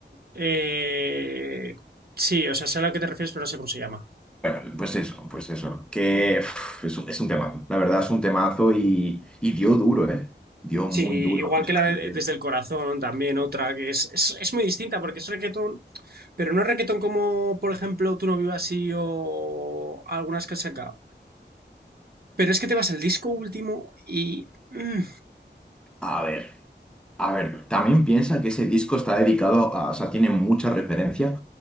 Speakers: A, on the right; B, in the centre.
A: Eh, sí, o sea, sé a lo que te refieres, pero no sé cómo se llama.
B: Bueno, pues eso, pues eso, que uf, es un, es un temazo, la verdad es un temazo y, y dio duro, ¿eh? Dio muy
A: Sí,
B: duro
A: igual
B: a mucha
A: que la
B: gente.
A: de Desde el Corazón, también otra que es, es, es muy distinta porque es reggaetón, pero no es reggaetón como, por ejemplo, Tú no vivas así o algunas que has sacado. Pero es que te vas al disco último y... mm,
B: A ver, a ver, también piensa que ese disco está dedicado a, o sea, tiene mucha referencia